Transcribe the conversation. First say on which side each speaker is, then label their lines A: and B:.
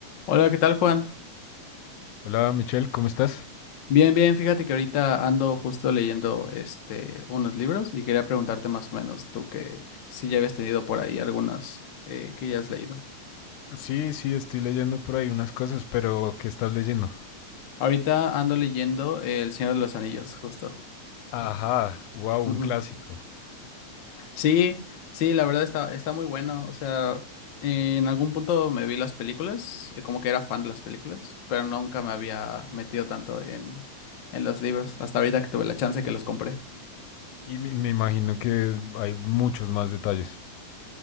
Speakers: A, on the left (about 65°); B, on the left (about 90°).
A: Hola, ¿qué tal, Juan?
B: Hola Michelle, ¿cómo estás?
A: Bien, bien, fíjate que ahorita ando justo leyendo este unos libros y quería preguntarte más o menos tú que si ya habías tenido por ahí algunas eh, que ya has leído.
B: Sí, sí, estoy leyendo por ahí unas cosas, pero ¿qué estás leyendo?
A: Ahorita ando leyendo eh, El Señor de los Anillos, justo.
B: Ajá, wow,
A: Ujú.
B: un clásico.
A: Sí, sí, la verdad está, está muy bueno. O sea, en algún punto me vi las películas, eh, como que era fan de las películas, pero nunca me había metido tanto en, en los libros, hasta ahorita que tuve la chance que los compré.
B: Y me, me imagino que hay muchos más detalles.